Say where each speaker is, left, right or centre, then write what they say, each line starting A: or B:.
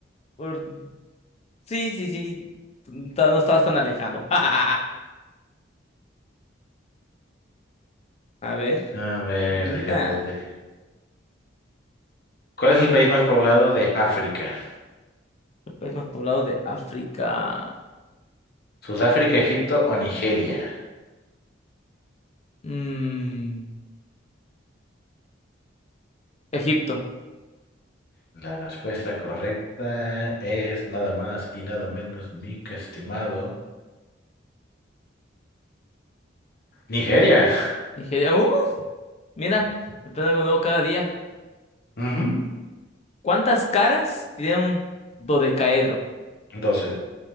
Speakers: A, on the left; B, on the left.
A: por- sí, sí, sí, no estabas tan alejado. <laughs> A ver,
B: A ver,
A: se encuentra
B: déjate, de- ¿Cuál es el país más poblado de África?
A: el país más poblado de África.
B: ¿Sudáfrica, Egipto o Nigeria?
A: Mm, Egipto,
B: La respuesta correcta es nada más y nada menos, mi estimado. Nigeria.
A: Nigeria. ¡Uh! Mira, aprende algo nuevo cada día.
B: Ujú,
A: ¿Cuántas caras tiene un dodecaedro?
B: 12.